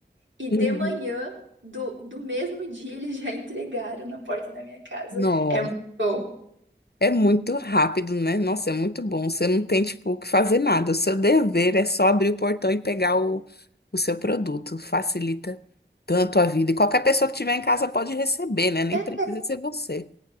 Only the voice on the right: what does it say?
e de
manhã do, do mesmo dia eles já entregaram na porta da minha casa.
É muito bom.
É,